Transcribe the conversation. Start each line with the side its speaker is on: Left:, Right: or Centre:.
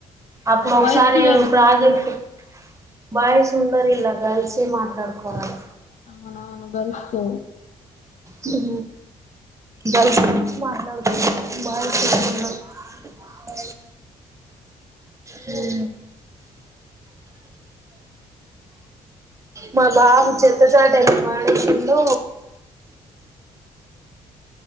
Right: అప్పుడు ఒకసారి
Left: బాయ్స్ కి వే
Right: ప్రాజెక్ట్ బాయ్స్ ఉండరు కదా బాయ్స్ ఏ మాట్లాడుకోవాలి
Left: అవున గర్ల్స్ కి
Right: హు బాయ్స్ గురించి మాట్లాడుకోవాలి బాయ్స్ ఉండరు <unintelligible> హు మా బావ <unintelligible> మానేసిండు